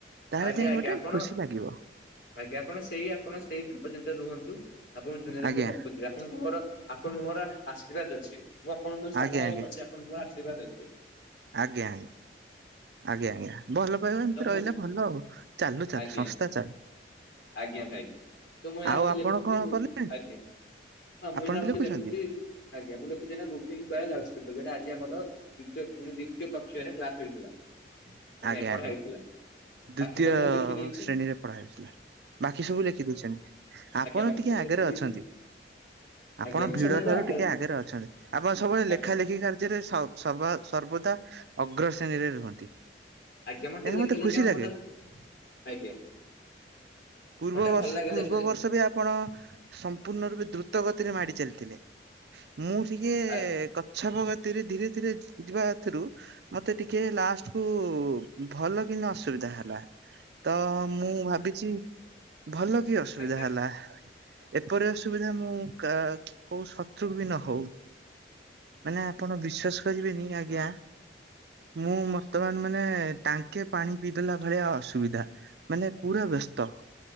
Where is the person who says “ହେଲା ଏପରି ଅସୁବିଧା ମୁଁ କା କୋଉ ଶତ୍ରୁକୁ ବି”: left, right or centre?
Right